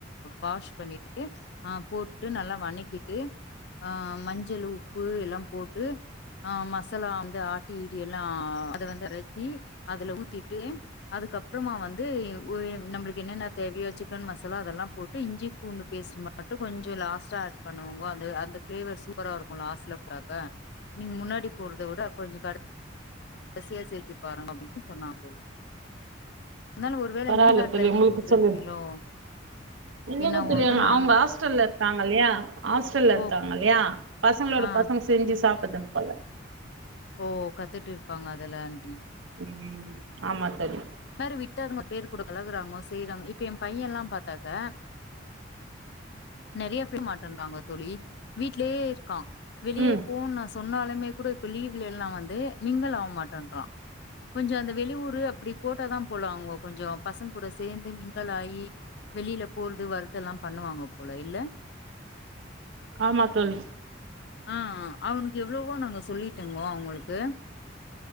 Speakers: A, on the left; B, on the right.
A: வாஷ் பண்ணிட்டு அ போட்டு நல்லா வணக்கிட்டு அ மஞ்சளு உப்பு எல்லாம் போட் டு அ மசாலா வந்து ஆட்டி விட்டி எல்லா அத வந்து ரக்கி அதுல ஊத்திட்டு அதுக்கப்புறமா வந்து ஒரு நம்ளுக்கு என்னென்ன தேவையோ சிக்கன் மசாலா அதெல்லா போட்டு இஞ்சி பூண்டு பேஸ்ட் மட்டு கொஞ்சோ லாஸ்டா ஆட் பண்ணுவாங்கோ அந்த அந்த ஃப்ளேவர் சூப்பரா இருக்கு லாஸ்ட்ல பாத்தா நீங்க முன்னாடி போட்றத விட கொஞ்சோ கடை கடைசியா சேத்தி பாருங்க அப்டின்ட்டு சொன்னா தோழி அதனால ஒரு வேள
B: பரவால்ல
A: நீ தா
B: தோழி
A: ட்ரைனிங்
B: உங்களுக்கு
A: குடுத்துருப்பீலோ
B: சொல்லு இல்லைங்க
A: என்னவோன்ட்டு
B: தோழி
A: நான்
B: அவுங்க ஹாஸ்டல்ல இருக்காங்கல்லையா ஹாஸ்டல்ல இருக்கா
A: ஓ
B: அல்லயா பசங்களோட
A: ஆ
B: பசங்க செஞ்சி சாப்ட்டுக்கணு போல
A: ஓ கத்துட்டு இருப்பாங்க அதா லேர்ண்ட்டுனு
B: ம் ஆமா தோழி
A: இந்மாரி விட்டாங்க பேர் கூடுக்கலகுறாங்க செய்யறாங்க இப்ப என் பையன்ல்லாம் பாத்தாக்கா நெறைய பேர் மாட்டேன்றா தோழி வீட்லே இருக்கான் வெளியே
B: ம்
A: போன்னு நா சொன்னாலுமே கூட இப்ப லீவ்லல்லா வந்து மிங்கல் ஆவ்மாட்டேன்றா கொஞ்சம் அந்த வெளியூரு அப்டி போட்டாதா போல அவுங்க கொஞ்சம் பசங் கூட சேந்து மிங்குள் ஆயி வெளில போறது வருதுல்லாம் பண்ணுவாங்க போல இல்ல
B: ஆமா தோழி
A: ஆ அவுனுக்கு எவ்ளோவோ நாங்க சொல்லிட்டோங்கோ அவுங்ளுக்கு